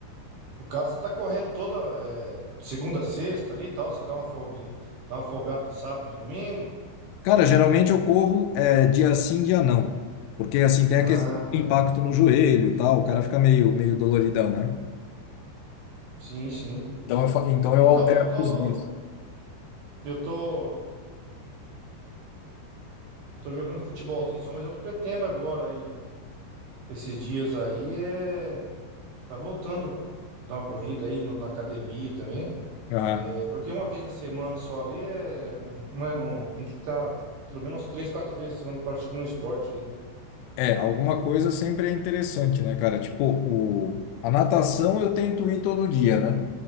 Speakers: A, on the right; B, on the left.
A: No caso, você tá correndo toda é, segunda, sexta ali e tal. Você dá uma folguinha, dá uma folgada no sábado, domingo.
B: Cara, geralmente eu corro é, dia sim, dia não. Porque assim tem
A: Ah,
B: a questão do
A: tá.
B: impacto no joelho e tal, o cara fica meio, meio doloridão, né?
A: Sim, sim.
B: Então eu, fa- então eu
A: Então,
B: altero
A: eu tô.
B: os dias.
A: Eu tô. Eu tô jogando futebolzinho só, mas eu tô pretendo agora aí, esses dias aí, é... tá voltando a dar uma corrida aí no- na academia também.
B: Aham.
A: É, porque uma vez na semana só ali é... não é mão, tem que estar pelo menos três, quatro vezes na semana praticando um esporte aí, né?
B: É, alguma coisa sempre é interessante, né, cara? Tipo, o... a natação eu tento ir todo dia, né?